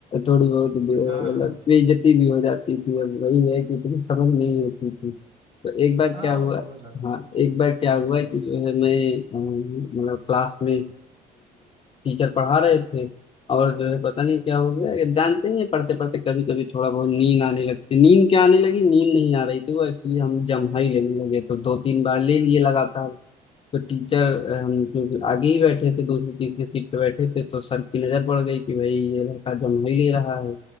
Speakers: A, on the left; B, on the right.
A: थोड़ी बहुत बे-
B: हाँ
A: मतलब
B: हाँ हाँ,
A: बेइज्जती भी हो जाती थी अब वही है कि इतनी समझ नहीं होती थी तो एक बार क्या
B: हाँ,
A: हुआ
B: वो तो हो जाता
A: हाँ
B: है
A: एक बार
B: हम्म
A: क्या हुआ कि जो है मैं अम, मतलब क्लास में टीचर पढ़ा रहे थे और जो है पता नहीं क्या हो गया
B: हम्म
A: ये जानते ही हैं पढ़ते पढ़ते कभी कभी थोड़ा बहुत नींद आने लगती नींद क्या आने लगी नींद नहीं आ रही थी वो एक्चुअली हम जम्हाई लेने लगे तो दो तीन बार ले लिए लगातार तो टीचर हम
B: हम्म,
A: क्योंकि आगे ही बैठे थे दूसरी तीसरी सीट पे बैठे थे तो सर की नजर पड़ गई कि भाई ये लड़का जम ही ले रहा है